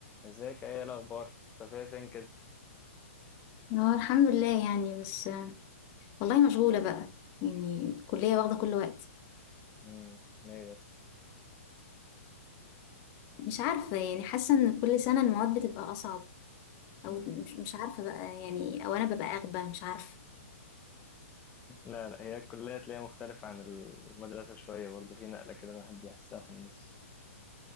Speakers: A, on the left; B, on the left.
A: ازيك ايه الاخبار مختفيه فين كده
B: اه الحمد لله يعني بس آه، والله مشغولة بقى يعني الكلية واخدة كل وقتي
A: امم ليه بس
B: مش عارفة يعني حاسة ان كل سنة المواد بتبقى أصعب
A: امم
B: أو مش مش عارفة بقى يعني أو أنا ببقى أغبى مش عارفة
A: لا لا هي الكليه تلاقيها مختلفه عن المدرسه شويه برضه في نقله كده الواحد بيحسها في النص